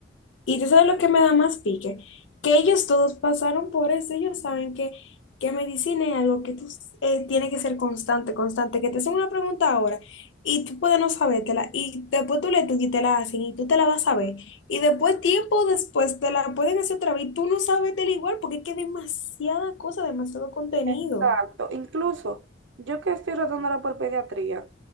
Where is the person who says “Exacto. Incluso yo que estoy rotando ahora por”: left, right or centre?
Right